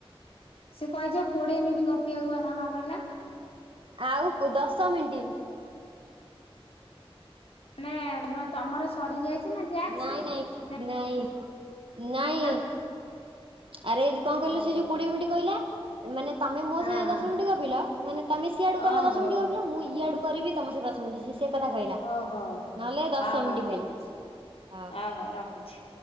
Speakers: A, on the left; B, on the right.
A: ସେ କହିଛି କୋଡିଏ ମିନିଟ ଗପିଆକୁଆ ଧନ କହିଲା।
B: ଆଉ କୁ ଦଶ ମିନିଟି।
A: ମେ ମାନେ ତମର ସରିଯାଇଛି?
B: ନାଇଁ ନାଇଁ ନାଇଁ ନାଇଁ
A: <inaudible>
B: ଆରେ କଣ
A: ହଉ
B: କହିଲୁ ସେ ଯୋ କୋଡିଏ ମିନିଟ କହିଲା। ମାନେ ତମେ ମୋ
A: ହଉ
B: ସହିତ
A: ହଁ ହଁ
B: ଦଶ ମିନିଟ ଗପିଲ ମାନେ ତମେ ସିଆଡୁ କଲା
A: ଓହୋ
B: ଦଶ ମିନିଟ ଗପିଲ ମୁଁ, ଇଆଡୁ କରିବି ତମ ସହିତ ଦଶ ମିନିଟ <unintelligible> ସେ କଥା କହିଲା,
A: ଓହୋ
B: ନହେଲେ ଦଶ
A: ହଉ ହଉ
B: ମିନିଟ
A: ଠିକ
B: ଖାଇଲି।
A: ଅଛି।
B: ଆଉ
A: ଅ ହଉ ରଖୁଛି।